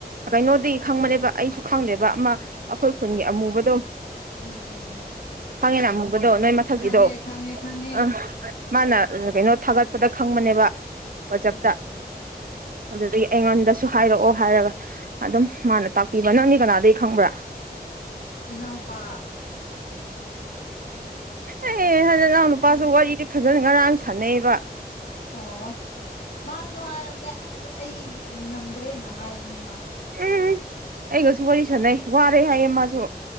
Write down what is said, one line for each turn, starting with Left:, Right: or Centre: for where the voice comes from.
Right: ꯀꯩꯅꯣꯗꯤ ꯈꯪꯕꯅꯦꯕ ꯑꯩꯁꯨ ꯈꯪꯗꯦꯕ ꯑꯃ ꯑꯩꯈꯣꯏ ꯈꯨꯟꯒꯤ
Left: ꯎꯝ
Right: ꯑꯃꯨꯕꯗꯣ
Left: ꯎꯝ ꯎꯝ
Right: ꯐꯪꯉꯦꯅ ꯑꯃꯨꯕ ꯗꯣ ꯅꯣꯏ ꯃꯊꯁꯤꯗꯣ
Left: ꯈꯪꯉꯦ ꯈꯪꯉꯦ ꯈꯪꯉꯦ
Right: ꯑ ꯃꯥꯅ ꯀꯩꯅꯣ ꯊꯥꯒꯠꯄꯗ ꯈꯪꯕꯅꯦꯕ ꯋꯥꯆꯞꯇ
Left: ꯑꯣ ꯎꯝ
Right: ꯑꯗꯨꯗꯒꯤ ꯑꯩꯉꯣꯟꯗꯁꯨ ꯍꯥꯏꯔꯛꯑꯣ ꯍꯥꯏꯔꯒ ꯑꯗꯨꯝ ꯃꯥꯅ ꯇꯥꯛꯄꯤꯕ ꯅꯪꯗꯤ ꯀꯅꯥꯗꯒꯤ ꯈꯪꯕ꯭ꯔꯥ
Left: ꯏꯅꯥꯎꯄꯥ
Right: ꯑꯦ ꯍꯟꯗ ꯏꯅꯥꯎ
Left: ꯍꯣꯏ
Right: ꯅꯨꯄꯥꯁꯨ
Left: ꯈꯪꯗꯦ
Right: ꯋꯥꯔꯤꯗꯤ ꯐꯖꯅ ꯉꯔꯥꯡ ꯁꯥꯟꯅꯩꯑꯕ
Left: ꯑꯣ ꯃꯥꯁꯨ ꯍꯥꯏꯔꯕꯅꯦ ꯑꯁ ꯑꯩꯗꯤ ꯉꯝꯗ꯭ꯔꯦꯅ ꯍꯥꯏꯕꯅꯦ ꯃꯥꯁꯨ <inaudible>
Right: ꯎꯝ ꯑꯩꯒꯁꯨ ꯋꯥꯔꯤ ꯁꯥꯟꯅꯩ ꯋꯥꯔꯦ ꯍꯥꯏꯌꯦ ꯃꯥꯁꯨ